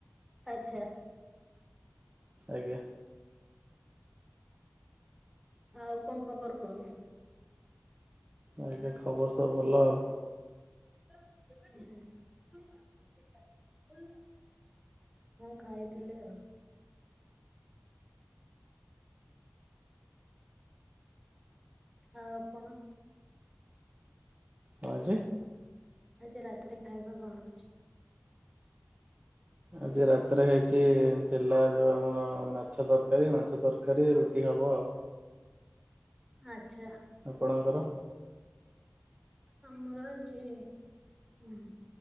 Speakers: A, in the centre; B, on the right.
A: ଆଛା।
B: ଆଜ୍ଞା।
A: ଆଉ କଣ ଖବର କୁହନ୍ତୁ?
B: ଆଜ୍ଞା ଖବର ସବୁ ଭଲ ଆଉ
A: <inaudible> ହଁ ଖାଇଥିଲେ ଆଉ ଆଉ ଆପଣ?
B: ହଁ ଯେ
A: ଆଜି ରାତିରେ ଖାଇବା କଣ ଅଛି?
B: ଆଜି ରାତିରେ ହେଇଛି ଥିଲା ଯୋଉ ଆମର ମାଛ ତରକାରୀ ମାଛ ତରକାରୀ ରୁଟି ହବ ଆଉ
A: ଆଛା।
B: ଆପଣଙ୍କର?
A: ଆମର ଆଜି ନା।